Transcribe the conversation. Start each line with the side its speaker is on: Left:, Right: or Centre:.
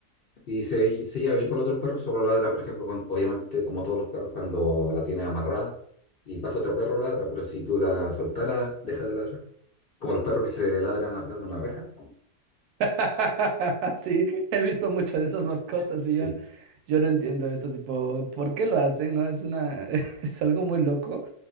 Left: Y se, se lleva bien con los otros perros, solo ladra, por ejemplo, cuando- obviamente, como todos los perros, cuando la tienes amarrada y pasa otro perro,
Right: Mm.
Left: ladra, pero si tú la soltaras, deja de ladrar. Como los perros que se ladran atrás de una reja.
Right: <laughs> Sí, he visto muchas de esas mascotas
Left: Sí.
Right: y yo, n- yo no entiendo eso, tipo, ¿por qué lo hacen? ¿No? Es una, <laughs> es algo muy loco.